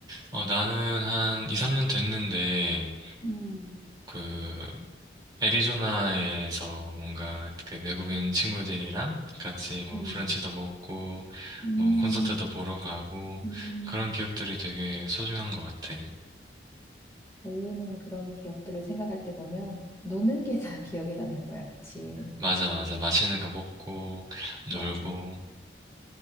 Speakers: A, on the right; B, on the left.
A: 어, 나는 한 이삼 년 됐는데,
B: 음,
A: 그 애리조나에서 뭔가 그 외국인 친구들이랑 같이 뭐
B: 음,
A: 브런치도 먹고
B: 음,
A: 뭐 콘서트도 보러 가고
B: 음.
A: 그런 기억들이 되게 소중한 것 같아.
B: 결론은 그런 기억들을 생각할 때 보면 노는 게 다 <laughs> 기억에 남는 거야, 그치?
A: 맞아, 맞아. 맛있는 거 먹고 놀고.
B: 맞아.